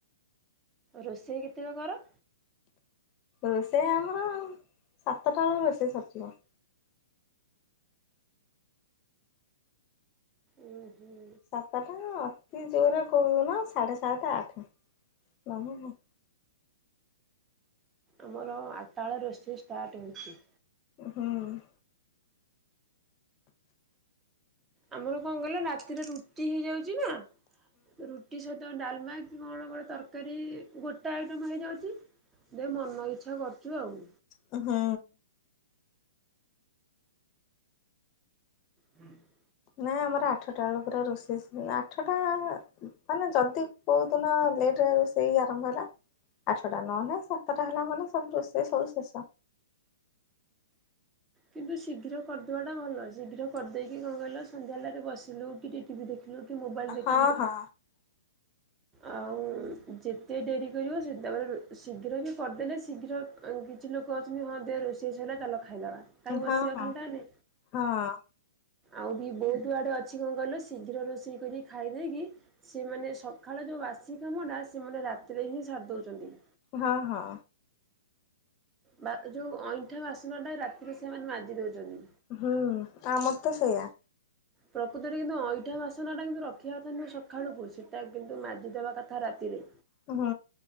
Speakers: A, on the right (about 15°); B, on the left (about 30°).
A: ରୋଷେଇ କେତେବେଳେ କର?
B: ରୋଷେଇ ଆମର ସାତଟା ବେଳୁ ରୋଷେଇ ସରିଯିବ।
A: ଉଁ ହୁଁ।
B: ସାତଟା ଅତି ଜୋରରେ କୋଉଦିନ ସାଢ଼େ ସାତେ ଆଠେ ନ
A: ଆମର ଆଟଟା ବେଳେ ରୋଷେଇ ଷ୍ଟାର୍ଟ ହଉଛି।
B: ହୁଁଉ।
A: ଆମର କଣ କଇଲ ରାତିରେ ରୁଟି ହେଇଯାଉଛି ନା ରୁଟି ସହିତ ଡାଲମା କଣ କଣ ତରକାରୀ ଗୋଟେ ଆଇଟମ ହେଇଯାଉଛି ଦେ ମନ ଇଚ୍ଛା କରୁଛୁ ଆଉ।
B: ହଁଅ।
A: ହୁଁ <inaudible>
B: ନାଇଁ ଆମର ଆଠଟା ବେଳୁ ପୁରା ରୋଷେଇ ସ ଆଠଟା ମାନେ ଯଦି କୋଉ ଦିନ ଲେଟରେ ହବ ରୋ ଷେଇ ଆରମ୍ଭ ହେଲା ଆଠଟା ନହେଲେ ନାଇ ସାତଟା ହେଲା ମାନେ ସବୁ ରୋଷେଇ ସବୁ ଶେଷ।
A: କିନ୍ତୁ ଶୀଘ୍ର କରିଦବାଟା ଭଲ ଶୀଘ୍ର କରିଦେଇକି କଣ କହିଲ ସନ୍ଧ୍ୟାହେଲାରେ ବସିଲୁ କି ଟିକେ ଟିଭି ଦେ ଖିଲୁ କି ମୋବାଇଲ ଦେଖିଲୁ।
B: ହଁ ହଁ
A: ଆଉ ଯେତେ ଡେରି କରିବ ସେତବଳେ ଶୀଘ୍ର ବି କରିଦେଲେ ଶୀଘ୍ର କିଛି ଲୋକ ଅଛନ୍ତି ହଁ ଦେ ରୋଷେଇ ସଇଲା ଚାଲ ଖାଇଦବା। କାଇଁ ବସିବା
B: ହଁ ହଁ
A: ଖାଲି ଟାରେ
B: ହଁ
A: ଆଉ ବି ବହୁତ ଆଡ଼େ ଅଛି କଣ କହିଲ ଶୀଘ୍ର ରୋଷେଇ କରି ଖାଇଦେଇକି ସିଏ ମାନେ ସ ଖାଳେ ଯୋଉ ବାସି କାମଟା ସେମାନେ ରାତିରେ ହିଁ ସାରି ଦଉଚନ୍ତି
B: ହଁ ହଁ
A: ବାତି ଯୋଉ ଅଇଁଠା ବାସନ ଟା ରାତିରେ ସେମାନେ ମାଜି ଦଉଛନ୍ତି।
B: ହୁଁ ଆମର ତ ସେଇଆ।
A: ପ୍ରକୃତରେ କିନ୍ତୁ ଅଇଁଠା ବାସନ ଟା କିନ୍ତୁ ରଖିବା କଥା ନୁହେଁ ସଖାଳୁକୁ ସେଟା କିନ୍ତୁ ମାଜିଦବା କ ତା ରାତିରେ।
B: ହୁଁ।